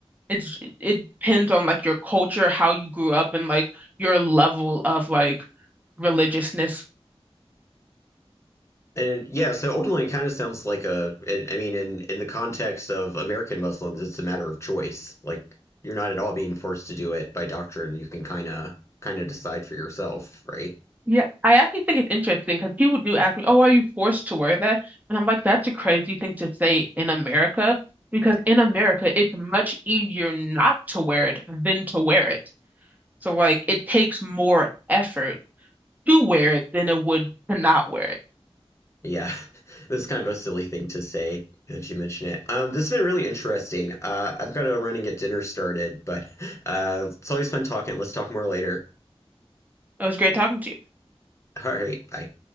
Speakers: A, on the right; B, on the left.
A: It's it depends on like your culture, how you grew up, and like your level of like religiousness
B: And yeah, so ultimately, it kind of sounds like a. I I mean, in in the context of American Muslims, it's a matter of choice. Like you're not at all being forced to do it by doctrine. You can kind of kind of decide for yourself, right?
A: Yeah, I actually think it's interesting because people do ask me, "Oh, are you forced to wear that?" And I'm like, "That's a crazy thing to say in America because in America it's much easier not to wear it than to wear it. So like it takes more effort to wear it than it would to not wear it."
B: Yeah, <laughs> this is kind of a silly thing to say that you mention it. Um, this has been really interesting. Uh, I've got a running at dinner started, but uh, it's always fun talking. Let's talk more later.
A: It was great talking to you.
B: All right, bye.